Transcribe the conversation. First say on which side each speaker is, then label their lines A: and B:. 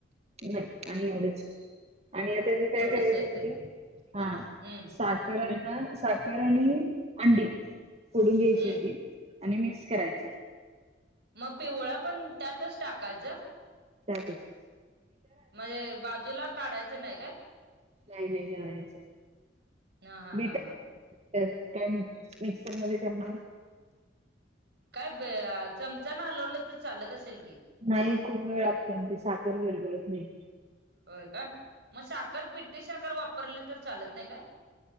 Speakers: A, on the right; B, on the right.
A: नाही आणि एवढेच. आणि आता हे काय
B: एवढंच
A: करायचे
B: येत
A: आहे ते? हा
B: हम्म
A: साखर आणि हा साखर आणि अंडी फोडून घ्यायची
B: हम्म
A: आधी आणि मिक्स करायचं.
B: मग पिवळा पण त्यातच टाकायच
A: त्याातच?
B: म्हणजे बाजूला काढायचं नाही काय?
A: नाही नाही राहायचं
B: हा हा
A: बीट
B: हा
A: त्यात
B: हा
A: काय आणि मिक्सरमध्ये करणार?
B: काय चमचा न हलवलं तर चालत असेल की,
A: नाही खूप वेळ लागते मग ते साखर विरघळत नाही.
B: होय काय? मग साखर पिठ्टी साखर वापरली तर चालत नाही काय?